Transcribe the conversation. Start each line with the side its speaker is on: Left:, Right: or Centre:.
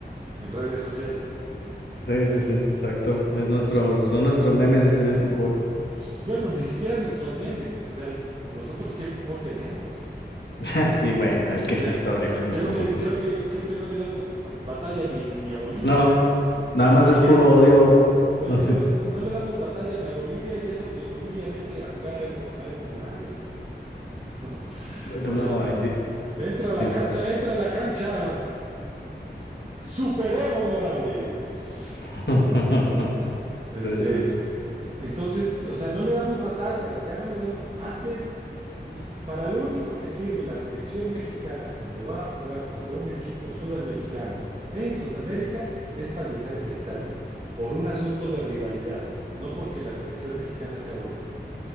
Right: en redes sociales.
Left: Sí, sí, sí, exacto. Es nuestro, son nuestros némesis en el fútbol.
Right: S- Bueno, ni siquiera nuestros némesis, o sea, nosotros qué fútbol tenemos.
Left: <laughs> Sí, bueno,
Right: Mm,
Left: es
Right: O
Left: que
Right: sea,
Left: sí está horrible nuestro
Right: creo que,
Left: fútbol.
Right: creo que, creo que no le damos a- batalla ni, ni a Bolivia.
Left: No.
Right: Y,
Left: Nada más
Right: y
Left: es puro
Right: es,
Left: odio.
Right: oye,
Left: <laughs>
Right: no le, no le damos batalla ni a Bolivia y eso que Bolivia mete a jugar a Evo, a Evo Morales. <laughs>
Left: Sí.
Right: O
Left: No,
Right: sea,
Left: ahí sí,
Right: entra a
Left: sí
Right: la
Left: está.
Right: cancha, entra a la cancha, Super Evo Morales,
Left: <laughs>
Right: ¿no? Este,
Left: Pues, es-
Right: Entonces, o sea, no le damos batalla, ya no le damos. Antes, l- para lo único que sirve la selección mexicana cuando va a jugar contra un equipo sudamericano en Sudamérica es para llenar el estadio, por un asunto de rivalidad, no porque la selección mexicana sea buena.